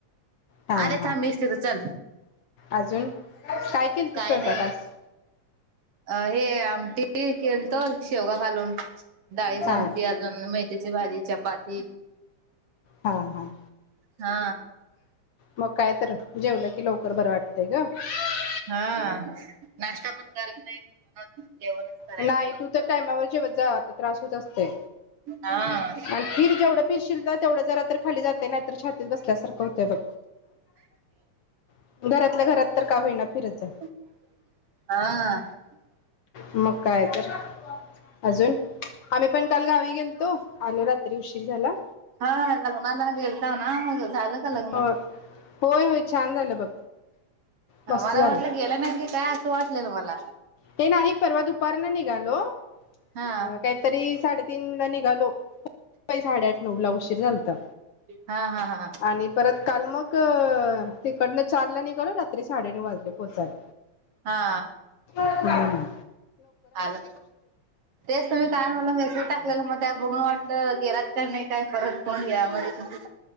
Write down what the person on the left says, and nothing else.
हा
हा
अजून काय केलत
स्वयंपाक
आज
हा
हा हा.
मग काय तर जेवलं की लवकर बरं वाटं वाटतय का <unintelligible>
नाही
तू तर टायमावर जेव्हा जा अस त्रास होत असते.
आणि फिर जेवढं फिरशील ना तेवढं जरा तर खाली जाते. नाहीत छातीत बसल्यासारखं होतय बघ. <unintelligible> घरातल्या घरात तर काय होईना फिरत
जा मग काय तर अजून आम्ही पण काल गावी गेलतो आलो रात्री उशीर झाला.
अ, होय होय छान झालं बघ. मस्त
झालं
ते नाही परवा दुपार न निघालो
काहीतरी साडेतीन ला निघालो <unintelligible> साडेआठ नऊ ला उशीर झालता.
आणि परत काल मग तिकडनं चार ला निघालो रात्री साडेनऊ वाजले पोहोचायला.
हहम्म